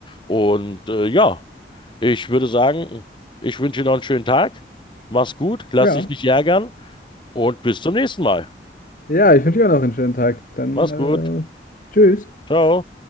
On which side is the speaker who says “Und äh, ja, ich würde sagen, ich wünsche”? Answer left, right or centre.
Left